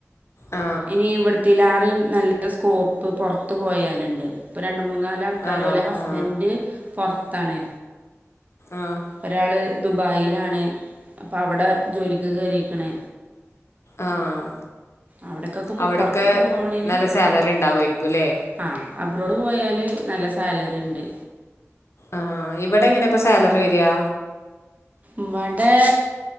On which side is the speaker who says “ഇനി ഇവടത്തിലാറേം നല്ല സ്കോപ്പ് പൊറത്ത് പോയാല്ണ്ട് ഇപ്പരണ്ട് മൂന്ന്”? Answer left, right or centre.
Right